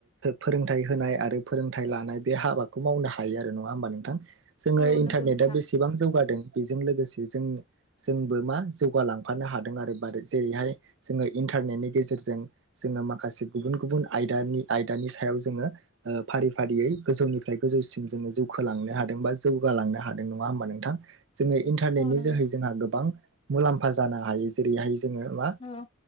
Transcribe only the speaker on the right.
फोरोंथाइ होनाय आरो फोरोंथाइ लानाय बे हाबाखौ मावनो हायो आरो नङा होमबा नोंथां? जोङो
इन्टारनेटआ
बेसेबां जौगादों बेजों लोगोसे जों-जोंबो मा जौगा लांफानो हादों आरो जेरैहाय जोङो इन्टारनेटनि गेजेरजों जोङो माखासे गुबुन गुबुन आयदानि आयदानि सायाव जोङो ओ फारि फारियै गोजौनिफ्राय गोजौसिम जोङो जौखलां नो हादों बा जौगालांनो हादों नङा होमबा नोंथां? जोङो इन्टारनेटनि
जोहै जोंहा गोबां मुलाम्फा जानो हायो जेरैहाय जोङो मा